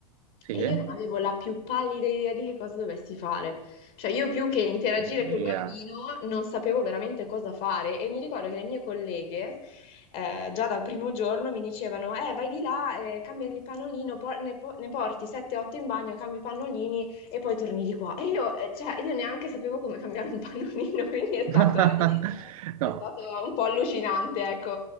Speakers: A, on the right; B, on the left.
A: Sì,
B: e
A: è
B: io non avevo la più pallida idea di che cosa dovessi fare. Cioè, io più che interagire
A: follia.
B: col bambino non sapevo veramente cosa fare e mi ricordo che le mie colleghe eh, già dal primo giorno mi dicevano, eh, vai di là, eh, cambiagli il pannolino, por- ne, po- ne porti 7-8 in bagno, cambi i pannolini e poi torni di qua. E io, eh, cioè, io neanche sapevo come cambiare un pannolino, <laughs> quindi è stato
A: <laughs>
B: all'inizio
A: No,
B: è stato un po' allucinante, ecco.